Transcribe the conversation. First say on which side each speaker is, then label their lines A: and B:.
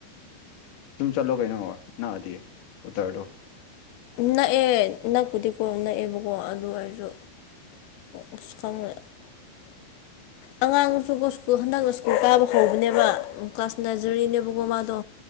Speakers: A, on the left (about 55°); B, on the left (about 85°).
A: ꯑꯗꯨꯝ ꯆꯠꯂꯣ ꯀꯩꯅꯣ ꯅꯅꯥꯑꯗꯤ ꯎꯇꯔꯗꯣ
B: ꯅꯛꯑꯦ ꯅꯛꯄꯨꯗꯤꯀꯣ ꯅꯛꯑꯦꯕꯀꯣ ꯑꯗꯨ ꯑꯣꯏꯔꯁꯨ ꯑꯁ ꯈꯪꯗꯦ ꯑꯉꯥꯡꯁꯨꯀꯣ ꯁ꯭ꯀꯨꯜ ꯍꯟꯗꯛꯅ ꯁ꯭ꯀꯨꯜ ꯀꯥꯕ ꯍꯧꯕꯅꯦꯕ ꯄꯀꯥꯁ ꯅꯔꯖꯔꯤꯅꯦꯦꯕꯒꯃꯥꯗꯣ